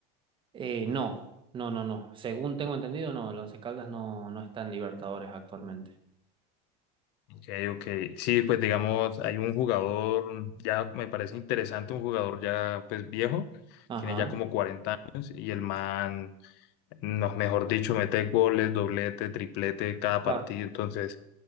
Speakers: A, on the right (about 25°); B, on the left (about 55°).
A: Eh, no, no, no, no. Según tengo entendido, no, el Once Caldas no, no está en Libertadores actualmente.
B: ok, ok, sí, pues digamos, hay un jugador, ya me parece interesante, un jugador ya pues viejo,
A: Ajá.
B: tiene ya como 40 años y el man nos mejor dicho, mete goles, doblete, triplete cada partido,
A: Va
B: entonces,